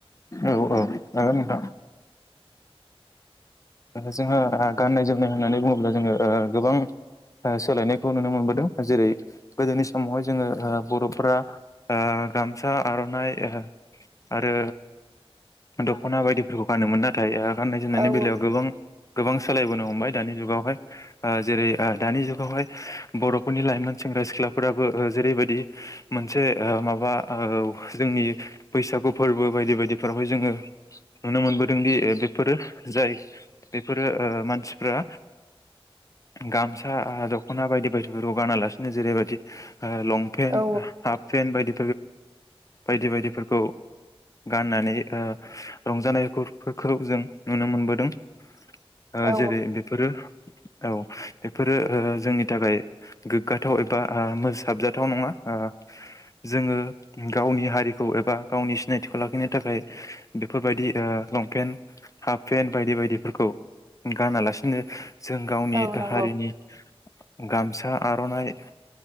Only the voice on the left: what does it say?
औ औ हागोन नोंथां जोंहा गाननाय जोमनाय होननानै बुङोब्ला जोङो ओ गोबां ओ सोलायनायखौ नुनो मोनबोदों जेरै गोदोनि समावहाय ओ जोंङो बर'फोरा ओ गामसा आर'नाइ आरो दख'ना बायदिफोरखौ गानोमोन नाथाय गाननाय जोमनायनि
बेलायाव गोबां गोबां सोलायबोनो हमबाय दानि जुगावहाय ओ जेरै ओ दानि जुगावहाय बर'फोरनि लाइमोन सेंग्रा सिख्लाफोराबो ओ जेरैबायदि मोनसे ओ माबा ओ जोंनि बैसागु फोरबो बायदि बायदिफोरावहाय जोंङो नुनो मोनबोदोंदि बेफोरो जाय बेफोरो ओ मानसिफोरा गामसा दख'ना बायदि बायदि रगानालासिनो जेरैबायदि लं पेन्ट
हाफ पेन्ट बायदि बायदि बायदिफोरखौ गाननानै रंजानायफोरखौ जों नुनो मोनबोदों। <inaudible> ओ
जेरै बेफोरो औ बेफोरो ओ जोंनि थाखाय गोग्गाथाव एबा ओ मोसाबजाथाव नङा ओ जोंङो गावनि हारिखौ एबा गावनि सिनायथिखौ लाखिनो थाखाय बेफोरबायदि ओ लंपेन्ट हाफ पेन्ट बायदि बायदि फोरखौ गानालासिनो जों गावनि
हारिनि गामसा आर'नाइ